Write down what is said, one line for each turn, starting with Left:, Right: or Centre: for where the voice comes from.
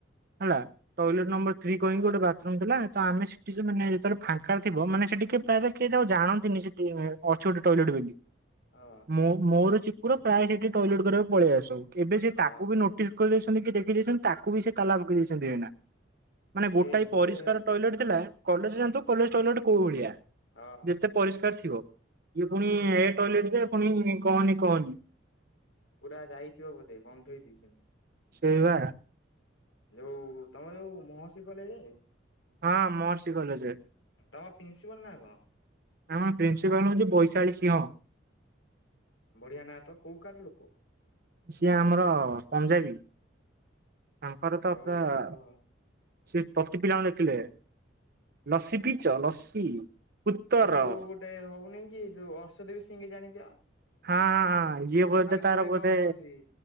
Right: ହେଲା। ଟଏଲେଟ୍ ନମ୍ବର ଥ୍ରୀ କହିକି ଗୋଟେ ବାଥରୁମ୍ ଥିଲା ତ ଆମେ ସେଠି <unintelligible> ଫାଙ୍କା ଥିବ ମାନେ ସେ ଟିକେ ପ୍ରାୟତଃ କିଏ ଜାଣନ୍ତିନି ସେଠି ଅଛି ଗୋଟେ ଟଏଲେଟ୍ ବୋଲି।
Left: ହଁ
Right: ମୋ ମୋର ଚିକୁର ପ୍ରାୟ ସେଠି ଟଏଲେଟ୍ କରିବାକୁ ପଳେଇ ଆସୁ ଏବେ ସେ
Left: ହଁ
Right: ତାକୁ ବି ନୋ ନୋଟିସ୍ କରିଦେଇଛନ୍ତି କି ଦେଖି ଦେଇଛନ୍ତି ତାକୁ ବି ସେ ତାଲା ପକେଇ ଦେଇଛନ୍ତି ମାନେ ଗୋଟାଏ
Left: ଏ ହେ
Right: ପରିଷ୍କାର ଟଏଲେଟ୍ ଥିଲା କଲେଜ ଜାଣିଥିବା କଲେଜ୍ ଟଏଲେଟ୍ କୋଉ ଭଳିଆ।
Left: ହଁ।
Right: ଏତେ ପରିଷ୍କାର ଥିବ ଇଏ ପୁଣି ଏ ଟଏଲେଟ୍ ଯେ ପୁଣି କହନି କହନି।
Left: <unintelligible> ଯାଇଥିବ ବୋଧେ ବନ୍ଧ ହେଇ ଦେଇଛନ୍ତି।
Right: ସେଇ ବା।
Left: ଯୋଉ ତମର ଯୋଉ ମହର୍ଷି କଲେଜ ଯାଏ?
Right: ହଁ ମହର୍ଷି କଲେଜରେ।
Left: ତମ ପ୍ରିନ୍ସିପାଲ୍ ନାଁ କଣ?
Right: ଆମ ପ୍ରିନ୍ସିପାଲ୍ ହଉଛି ବୈଶାଳି ସିଂହ।
Left: ବଢ଼ିଆ ନାଁ ତ କୋଉ କାହାର ଲୋକ?
Right: ସିଏ ଆମର ପଞ୍ଜାବୀ। ତାଙ୍କର ତ
Left: ଓହୋ।
Right: <unintelligible> ସେ ପ୍ରତି ପିଲାଙ୍କୁ ଲେଖିଲେ। ଲସି ପିଇଛ ଲସି ଉତ୍ତର?
Left: ଏଇ ଯୋଉ ଗୋଟେ ହଉନି କି ଯୋଉ ଅର୍ଷଦେବୀ ସିଙ୍ଗ୍ ଜାଣିଛ?
Right: ହଁ ହଁ ହଁ ଇଏ ବୋଧେ ତାର
Left: ଗୋଟେ
Right: ବୋଧେ
Left: କଣ ହଉଛି